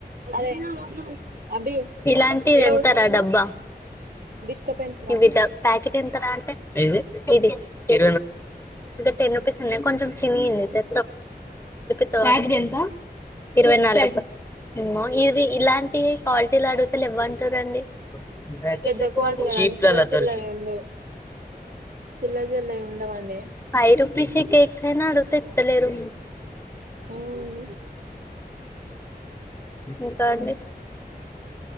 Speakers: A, on the right (about 60°); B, on the left (about 15°).
A: సరే అభి
B: ఇలాంటిది
A: ఈడ
B: ఎంతర
A: కూర్చో నువ్వు
B: డబ్బా
A: డిస్టర్బెన్స్ రా
B: వి ప్యాకెట్ ఎంతర అంటే ఇది ఇ టెన్ రూపీస్ ఉన్నాయి కొంచెం చినిగింది తె ప్యాకెట్ ఎంత ఇరవై నాలుగు రు ఇమ్మ ఇది ఇలాంటిఇ క్వాలిటీలు అడుగుతే లేవ్వంటారండి ప్రాక్టీస్
A: పెద్ద
B: అయిపోవాలి.
A: క్వాలిటీ కదండి
B: చీఫ్ గా
A: చిల్ల
B: లతలు
A: చిల్లవి ఉండవు చిల్ల చిల్లవి ఉండవండి
B: ఫైవ్ రుపీస్ కేక్స్ అయినా అడుగుథే ఇత్తలేరు
A: ఓహ్
B: ఇంకా అండీ